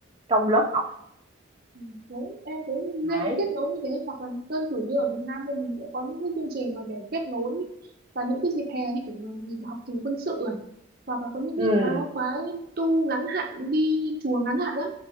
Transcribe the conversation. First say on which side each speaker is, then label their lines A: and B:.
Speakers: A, on the right (about 25°); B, on the right (about 50°).
A: trong lớp học
B: Ừ, Đúng, em cũng
A: Đấy.
B: nên kết nối như thế hoặc là đơn cử như ở Việt Nam thì mình sẽ có những cái chương trình mà để kết nối và những cái dịp hè như kiểu là dịp học kỳ quân sự này hoặc là có những
A: Ừm,
B: cái khóa khóa tu ngắn hạn đi chùa ngắn hạn đó